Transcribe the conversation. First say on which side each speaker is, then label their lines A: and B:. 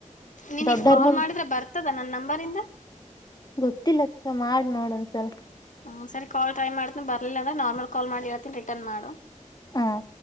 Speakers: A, on the left; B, on the left.
A: ನೀನಗ್
B: ದೊಡ್ಡೋರ್
A: ಕಾಲ್
B: ಮುಂದ್
A: ಮಾಡಿದ್ರೆ ಬರ್ತದ ನನ್ನ ನಂಬರಿಂದ
B: ಗೊತ್ತಿಲ್ಲಕ್ಕ ಮಾಡ್ ನೋಡ್ ಒಂದ್ಸಲ
A: ಹ್ಞೂ ಸರಿ ಕಾಲ್ಟ್ರೈ ಮಾಡತನಿ ಬರ್ಲಿಲ್ಲಂದೆ ನಾರ್ಮಲ್ಾಲ್ ಮಾಡಿ ಹೇಳ್ತಿನಿ ರಿಟರ್ನ್ ಮಾಡು
B: ಹ್ಮ